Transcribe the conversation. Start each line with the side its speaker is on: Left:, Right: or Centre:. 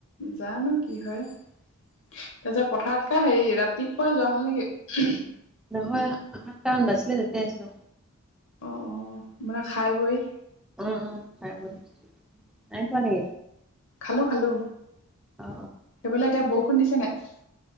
Left: জানো কি হয়। তাৰ পিছত পথাৰত। হেৰি ৰাতিপুৱাই যোৱা হ'ল নেকি?
Centre: নহয়, সাতটামান বাচিলে তেতিয়া আছিলো।
Left: অ, অ, মানে খাই-বই।
Centre: উম, উম, খাই-বই নাই খোৱা নেকি?
Left: খালো-খালো।
Centre: অ,
Left: সেইফালে এতিয়া বৰষুণ দিছে নে নাই?